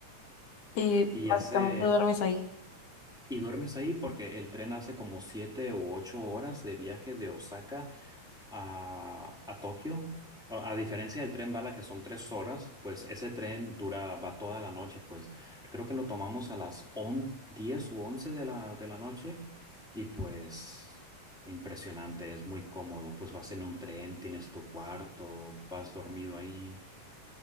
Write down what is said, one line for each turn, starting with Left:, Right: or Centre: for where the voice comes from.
Left: Y
Centre: Y
Left: básicamente
Centre: hace,
Left: duermes ahí.
Centre: y duermes ahí porque el tren hace como siete u ocho horas de viaje de Osaka a, a Tokio. A, a diferencia del tren bala, que son tres horas, pues ese tren dura, va toda la noche, pues creo que lo tomamos a las 11 10 u 11 de la, de la noche y pues impresionante, es muy cómodo, pues vas en un tren, tienes tu cuarto, vas dormido ahí